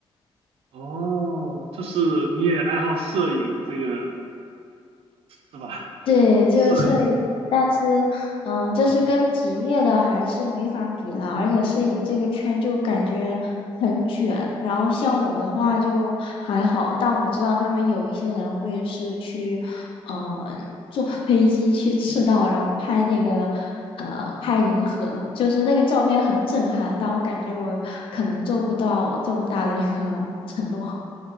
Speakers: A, on the right (about 80°); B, on the left (about 65°).
A: 哦，就是你也爱好摄影这个是吧？
B: 对，
A: <laughs>
B: 就是摄影，
A: 摄影。
B: 但是，嗯，就是跟职业的还是没法比了，而且摄影这个圈就感觉很卷，然后像我的话就还好，但我知道他们有一些人会是去，嗯，坐 <laughs> 飞机去赤道，然后拍那个，呃，拍银河，就是那个照片很震撼，但我感觉我可能做不到这么大的一个 <laughs> 承诺。